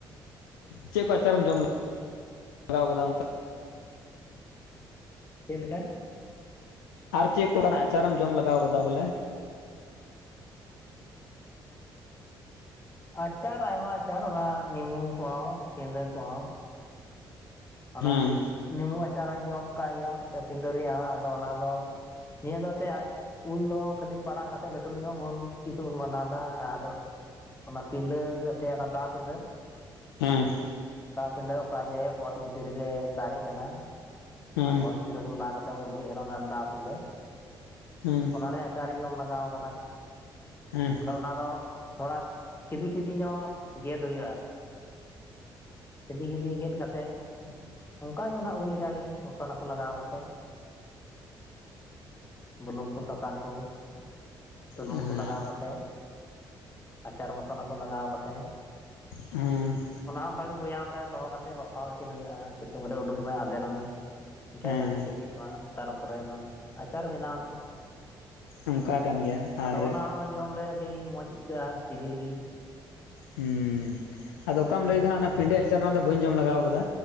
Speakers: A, on the left; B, on the left.
A: ᱪᱮᱫ ᱠᱚ ᱟᱪᱟᱨᱮᱢ ᱡᱚᱢ ᱞᱮᱼ? <unintelligible> ᱟᱠᱟᱫᱟ ᱚᱱᱠᱟ
B: ᱪᱮᱫ ᱞᱮᱠᱟ
A: ᱟᱨ ᱪᱮᱫ ᱠᱚᱠᱟᱱᱟᱜ ᱟᱪᱟᱨᱮᱢ ᱡᱚᱢ ᱞᱮᱜᱟᱣ ᱟᱠᱟᱫᱟ ᱵᱚᱞᱮ
B: ᱟᱪᱟᱨ ᱟᱭᱢᱟ ᱟᱪᱟᱨ ᱚᱱᱟ ᱱᱮᱢᱩ ᱠᱚᱦᱚᱸ ᱠᱮᱸᱫᱟᱹ ᱠᱚᱦᱚᱸ ᱚᱱᱟ
A: ᱦᱮᱸ
B: ᱱᱤᱢᱩ ᱟᱪᱟᱨ ᱦᱚᱸᱧ ᱡᱚᱢ ᱠᱟᱜ ᱜᱮᱭᱟ ᱥᱮ ᱯᱤᱸᱰᱟᱹ ᱨᱮᱭᱟᱜ ᱦᱚᱸ ᱟᱫᱚ ᱚᱱᱟ ᱫᱚ ᱱᱤᱭᱟᱹ ᱫᱚᱛᱮ ᱟᱭ ᱾ ᱩᱞ ᱫᱚ ᱠᱷᱟᱹᱞᱤ ᱯᱟᱲᱟᱜ ᱠᱟᱛᱮᱫ ᱞᱟᱹᱴᱩ ᱧᱚᱜ ᱵᱚᱱ ᱯᱤᱥ ᱵᱚᱱ ᱵᱟᱱᱟᱣ ᱫᱟ ᱟᱨᱫᱚ ᱾ ᱚᱱᱟ ᱯᱤᱰᱟᱹ ᱮᱛᱮ ᱚᱱᱟ ᱫᱟ ᱯᱤᱰᱟᱹ ᱾
A: ᱦᱮᱸ ᱾
B: ᱫᱟ ᱯᱤᱸᱰᱟᱹ ᱚᱠᱟ ᱡᱮ ᱚᱛ ᱵᱷᱤᱛᱨᱤ ᱨᱮ ᱫᱟᱨᱮᱜ ᱠᱟᱱᱟ
A: ᱦᱮᱸ
B: ᱚᱛ ᱵᱷᱤᱛ ᱾ ᱥᱤᱨᱟᱹᱵᱩᱞ ᱞᱟ ᱠᱟᱛᱮ ᱵᱩᱱ ᱩᱰᱩᱮᱫ ᱟᱠᱟᱱᱟ ᱚᱱᱟ ᱫᱟ ᱯᱤᱰᱟᱹ ᱾
A: <unintelligible>
B: ᱚᱱᱟᱨᱮᱱᱟ ᱟᱪᱟᱨᱤᱧ ᱡᱚᱢ ᱞᱟᱜᱟᱣ ᱟᱠᱟᱫᱟ ᱾
A: <unintelligible>
B: ᱟᱫᱚ ᱚᱱᱟ ᱫᱚ ᱛᱷᱚᱲᱟ ᱠᱷᱤᱫᱤ ᱠᱷᱤᱫᱤ ᱧᱚᱜ ᱜᱮᱫ ᱦᱩᱭᱩᱜᱼᱟ ᱾ ᱠᱷᱤᱫᱤ ᱠᱷᱤᱫᱤ ᱜᱮᱫ ᱠᱟᱛᱮᱜ ᱚᱱᱠᱟᱜᱮ ᱚᱱᱟ ᱩᱞ ᱞᱮᱠᱟᱜᱮ ᱢᱚᱥᱟᱞᱟ ᱠᱚ ᱞᱟᱜᱟᱣ ᱠᱟᱛᱮᱜ ᱵᱩᱞᱩᱝ ᱠᱚ ᱥᱟᱥᱟᱝ ᱠᱚ ᱾ ᱥᱩᱱᱩᱢ
A: ᱦᱮᱸ
B: ᱠᱚ ᱞᱟᱜᱟᱣ ᱠᱟᱛᱮ ᱟᱪᱟᱨ ᱢᱚᱥᱟᱞᱟ ᱠᱚ ᱞᱟᱜᱟᱣ ᱠᱟᱛᱮ
A: ᱦᱮᱸ
B: ᱚᱱᱟ ᱦᱚᱸ ᱚᱱᱠᱟᱜᱮ ᱵᱚᱭᱟᱢ ᱨᱮ ᱫᱚᱦᱚ ᱠᱟᱛᱮᱜ ᱵᱟᱯᱷᱟᱣ ᱤᱥᱤᱱ ᱦᱩᱭᱩᱜᱼᱟ ᱥᱤᱛᱩᱝ ᱨᱮ ᱩᱰᱩᱠ ᱢᱮ ᱟᱫᱮᱨ ᱢᱮ ᱤᱱᱠᱟᱭ
A: ᱦᱮᱸ
B: ᱠᱟᱛᱮᱜ ᱜᱮ ᱤᱥᱤᱱᱚᱜᱼᱟ ᱛᱟᱨᱯᱚᱨᱮ ᱫᱚ ᱟᱪᱟᱨ ᱵᱮᱱᱟᱣᱱᱟ
A: ᱚᱱᱠᱟ ᱠᱟᱱ ᱜᱮᱭᱟ ᱟᱨ
B: ᱟᱫᱚ ᱚᱱᱟ ᱦᱚᱸ ᱡᱚᱢ ᱨᱮ ᱟᱹᱰᱤ ᱢᱚᱡᱽ ᱟᱹᱭᱠᱟᱹᱜᱼᱟ ᱥᱤᱵᱤᱞ ᱜᱤ
A: ᱦᱮᱸ ᱟᱫᱚ ᱚᱠᱟᱢ ᱞᱟᱹᱭᱫᱟ ᱦᱟᱸᱜ ᱚᱱᱟ
B: ᱪᱮᱫ
A: ᱯᱤᱸᱰᱟ ᱟᱪᱟᱨ ᱚᱱᱟ ᱫᱚ ᱵᱟᱹᱧ ᱡᱚᱢ ᱞᱟᱜᱟᱣ ᱟᱠᱟᱫᱟ᱾